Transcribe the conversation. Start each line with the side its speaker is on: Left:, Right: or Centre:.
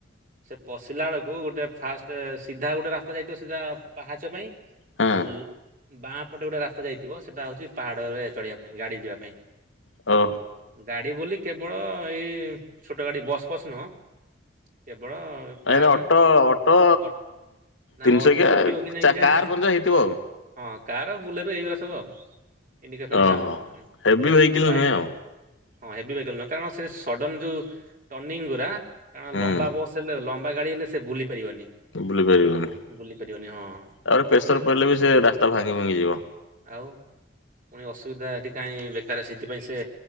Right: ସେ ପଶିଲା ବେଳକୁ ଗୋଟେ ଫାଷ୍ଟ ସିଧା ଗୋଟେ ରାସ୍ତା ଯାଇଥିବ ସିଧା ପାହାଚ ପାଇଁ
Left: ହଁ
Right: ଆଉ ବାଁ ପଟେ ଗୋଟେ ରାସ୍ତା ଯାଇଥିବ ସେଇଟା ହଉଛି ପାହାଡ଼ରେ ଚଢିବା ପାଇଁ ଗାଡ଼ି ଯିବା ପାଇଁ।
Left: ଓ।
Right: ଗାଡି ବୋଲି କେବଳ ଏଇ ଛୋଟ ଗାଡ଼ି ବସ୍ ଫସ୍ ନୁହଁ। କେବଳ କାର
Left: ଏ ଅଟୋ ଅଟୋ
Right: ଅ ନା
Left: ତିନିଶହ
Right: ଅଟୋ ଉଠିବ କି
Left: କିଆ
Right: ନାଇଁ କେଜାଣି
Left: କାର ପଞ୍ଚ ହେଇଥିବ ଆଉ।
Right: ହଁ କାର ବୁଲେର ଏଇଗୁଡ଼ା ସବୁ ଆଉ। ଇଣ୍ଡିକା ଫିଣ୍ଡିକା
Left: ଓହୋ
Right: ଆଉ। ହୁଁ,
Left: ହେଭି ଭେକଲ
Right: ବାଇକ୍
Left: ନୁହେଁ ଆଉ।
Right: ହଁ ହେଭି ଭେଇକେଲ ନୁହଁ କାରଣ ସେ ସଡନ ଯୋଉ ଟର୍ନିଂ ଗୁଡା କାରଣ
Left: ହୁଁ
Right: ଲମ୍ବା ବସ ହେଲେ ଲମ୍ବ ଗାଡ଼ି ହେଲେ ସେ ବୁଲି ପାରିବନି
Left: ବୁଲି ପାରିବନି। ତାପରେ
Right: ବୁଲି ପାରିବନି ହଁ
Left: ପ୍ରେସର
Right: ତାକୁ
Left: ପଡ଼ିଲେ ବି ସେ ରାସ୍ତା ଭାଙ୍ଗି ଭାଙ୍ଗିଯିବ।
Right: ଆଉ ପୁଣି ଅସୁବିଧା ଏଠି କାହିଁ ବେକାର ସେଇଥିପାଇଁ ସେ